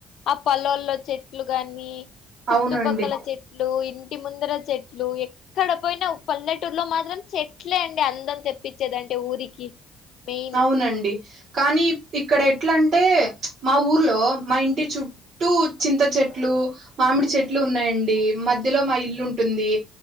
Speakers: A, on the left; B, on the right.
A: ఆ పొలాల్లో చెట్లు గాని చుట్టుపక్కల
B: అవునండి
A: చెట్లు ఇ ఇంట్టి ముందర చెట్లు ఎక్కడ పోయినా పల్లెటూరులో మాత్రం చెట్లే అండి అందం తెప్పించేది అంటే ఊరికి మెయిన్
B: అవునండి కానీ ఇక్కడ ఎట్ల అంటే మా ఊర్లో మా ఇంటి చుట్టూ చింత చెట్లు, మామిడి చెట్లు ఉన్నాయండి. మ మధ్యలో మా ఇల్లు ఉంటుంది.